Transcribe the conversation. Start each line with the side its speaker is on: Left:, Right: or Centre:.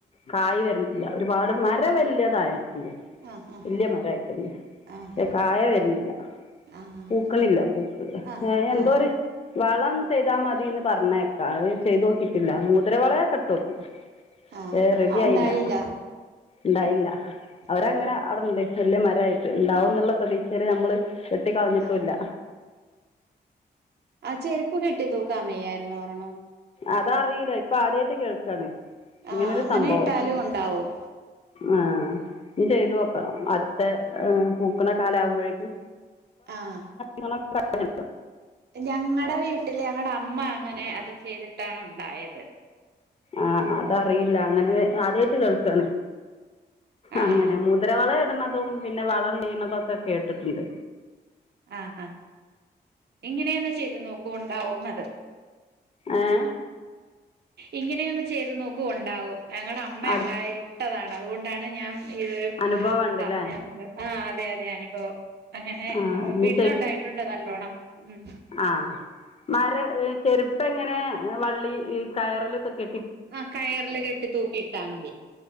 Left: കായ് വരണില്ല ഒരുപാട് മരം വല്ലൃതായിട്ടുണ്ട്
Right: ആഹ്
Left: വല്യ മരായിട്ടുണ്ട് പക്ഷെ
Right: ആഹ്
Left: കായ് വരുന്നില്ല
Right: ആഹ് ആഹ് ആഹ്
Left: പൂക്കണില്ല പൂക്ക്
Right: ആഹ്
Left: ഏഹ് എന്തോര്
Right: ആഹ് ആഹ് ആഹ്
Left: വളം ചെയ്താ മതിന്ന് പറഞ്ഞേക്കാ അഹ് ചെയ്തോക്കിട്ടില്ല മൂതിരവളക്കെട്ടോക്കി.
Right: ആഹ്
Left: ഏഹ് റെഡി
Right: ഉണ്ടായില്ല
Left: ആയില്ല ണ്ടായില്ല അവരങ്ങനെ
Right: ഓഹോ
Left: അവിടണ്ട്. വല്യ മരയിട്ട് ഉണ്ടാവും ന്നുള്ള പ്രതീക്ഷയില് നമ്മള് വെട്ടി കളഞ്ഞിട്ടുല്ല.
Right: ആഹ് ആഹ് ചെരുപ്പ് കെട്ടി തൂക്കാമെയ്യായിരുന്നു ഒരെണോ
Left: അതറിയില്ല ഇപ്പൊ ആദ്യയിട്ട് കേൾക്കണ്. ഇങ്ങനരു
Right: ആഹ് അങ്ങനെ
Left: സംഭവം
Right: ഇട്ടാലും ഉണ്ടാവും
Left: ആഹ് ഞ് ചെയ്തൊ കണം അടുത്ത ഏഹ് പൂക്കണ കാലം ആകുമ്പോഴേക്ക്.
Right: ആഹ്
Left: കണം <unintelligible>
Right: ഞങ്ങടെ വീട്ടില് ഞങ്ങടെ അമ്മ അങ്ങനെ അത് ചെയ്തിട്ടാണ് ഉണ്ടായത്.
Left: ആഹ് അതറിയില്ല അങ്ങനെ ആദ്യയിട്ട് കേൾക്കണ്.
Right: ആഹ്
Left: അങ്ങനെ മുദരവളടുന്നതും പിന്നെ വളംചെയ്യണതും ഒക്കെ കേട്ടിട്ടുണ്ട്.
Right: ആഹ് ആഹ് ഇങ്ങനെയൊന്ന് ചെയ്ത് നോക്കൂ ണ്ടാവും അത്.
Left: ഏഹ്
Right: ഇങ്ങനെയന്ന് ചെയ്ത് നോക് ഉണ്ടാവും ഞങടെ അ അമ്മയണ്ടായിട്ടതാണ്
Left: അടു
Right: അതുകൊണ്ടാണ് ഞാൻ ഇതൊരു
Left: അനുഭവം
Right: ഇത്
Left: ഉണ്ടല്ലേ
Right: പറഞ്ഞു തന്നത്. ആഹ് അതെ അതെ അനുഭവം അങ്ങനെ
Left: ആ ഇനി
Right: വീട്ടിലുണ്ടായിട്ടുണ്ട് നല്ലോണം ഉം
Left: ആഹ് മര ചെരുപ്പ എങ്ങനെ വള്ളി കയറിലക്കൊ കെ
Right: ആഹ് കയറില് കെട്ടിതൂക്കി ഇട്ടാ മതി.